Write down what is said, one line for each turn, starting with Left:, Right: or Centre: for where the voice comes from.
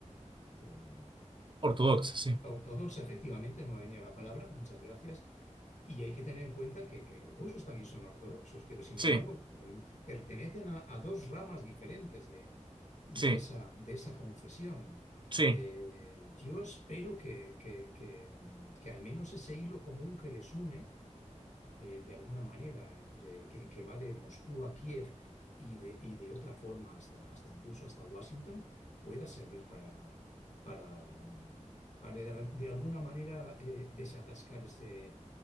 Left: eh,
Right: Ortodoxa, sí.
Left: ortodoxa, efectivamente, no me venía la palabra, muchas gracias, y hay que tener en cuenta que, que los rusos también son ortodoxos, pero sin
Right: Sí.
Left: embargo em, pertenecen a, a dos ramas diferentes de, de
Right: Sí,
Left: esa, de esa confesión.
Right: sí,
Left: Eh, yo espero que, que- que, mm, que al menos ese hilo común que les une eh, de alguna manera, entre, que, que va de Moscú a Kiev y de, y de otra forma hasta, hasta incluso hasta Washington, pueda servir para, para, mm, para de, de alguna manera eh, desatascar este